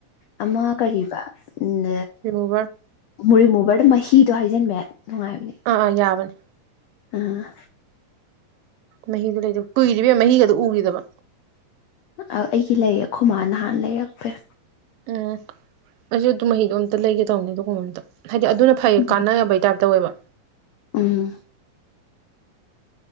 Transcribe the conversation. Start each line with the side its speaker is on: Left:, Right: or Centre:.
Left: ꯑꯃ ꯀꯔꯤꯕ ꯎꯝ
Right: ꯔꯤꯃꯨꯚ꯭ꯔ
Left: ꯔꯤꯃꯨꯚꯔꯗ ꯃꯍꯤꯗꯣ ꯍꯥꯏꯖꯤꯟꯕ ꯅꯨꯡꯉꯥꯏꯕꯅꯦ
Right: ꯑꯥ ꯑꯥ ꯌꯥꯕꯅꯤ
Left: ꯎꯝ
Right: ꯃꯍꯤꯗꯨ ꯂꯩꯕ ꯀꯨꯏꯔꯦꯏꯕꯦꯝꯃ ꯃꯍꯤꯒꯗꯨ ꯎꯈꯤꯗꯕ
Left: ꯑꯩꯒꯤ ꯂꯩ ꯑꯩꯈꯣꯢ ꯃꯥꯅ ꯅꯍꯥꯟ ꯂꯩꯔꯛꯄꯩ
Right: ꯎꯝ ꯑꯩꯁꯨ ꯑꯗꯨ ꯃꯍꯤꯗꯣ ꯑꯝꯇ ꯂꯩꯒꯦ ꯇꯧꯕꯅꯦ ꯑꯗꯨꯒꯕ ꯑꯝꯇ ꯍꯥꯏꯗꯤ ꯑꯗꯨꯅ ꯐꯩ
Left: ꯎꯝ
Right: ꯀꯥꯟꯅꯕꯩ ꯇꯥꯏꯞꯇ ꯇꯧꯋꯦꯕ
Left: ꯎꯝ